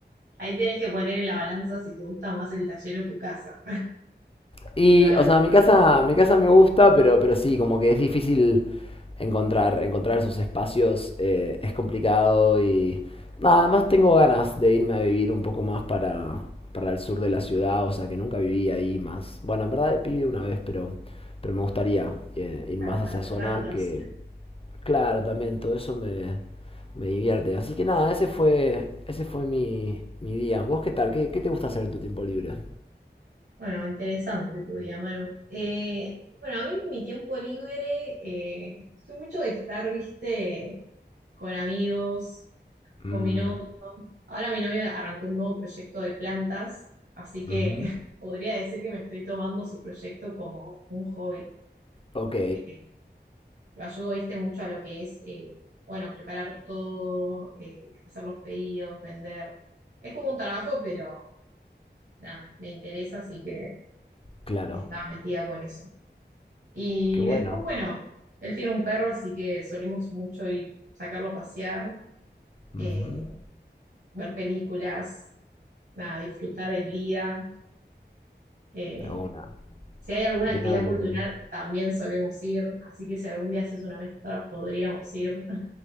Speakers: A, on the right; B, on the left.
A: Ahí tenés que poner en la balanza si te gusta más el taller o tu casa.
B: Y,
A: Evaluar,
B: o sea, mi casa, mi casa me gusta, pero, pero sí, como que es difícil encontrar, encontrar esos espacios, eh, es complicado y nada, además tengo ganas de irme a vivir un poco más para, para el sur de la ciudad, o sea, que nunca viví ahí más. Bueno, en verdad pide una vez, pero, pero me gustaría eh, ir
A: claro,
B: más
A: para
B: a esa
A: probar
B: zona
A: otras.
B: que, claro, también todo eso me, me divierte. Así que nada, ese fue, ese fue mi, mi día. ¿Vos qué tal? ¿Qué, qué te gusta hacer en tu tiempo libre?
A: Bueno, interesante tu día, Manu. Eh, bueno, a mí en mi tiempo libre, eh, soy mucho de estar, viste, con amigos, con
B: Mm,
A: mi novio. Ahora mi novio arrancó un nuevo proyecto de plantas, así que
B: ujú.
A: <laughs> podría decir que me estoy tomando su proyecto como un hobby.
B: Ok,
A: Eh, lo ayudo, viste, mucho a lo que es, eh, bueno, preparar todo, eh, hacer los pedidos, vender. Es como un trabajo, pero nada, me interesa, así que
B: claro.
A: estaba metida con eso. Y
B: Qué bueno.
A: después, bueno, él tiene un perro, así que solemos mucho ir, sacarlo a pasear,
B: Ujú,
A: eh, ver películas, nada, disfrutar el día. Eh,
B: De una.
A: si hay alguna
B: Vieron.
A: actividad cultural, también solemos ir, así que si algún día haces una mezcla, podríamos ir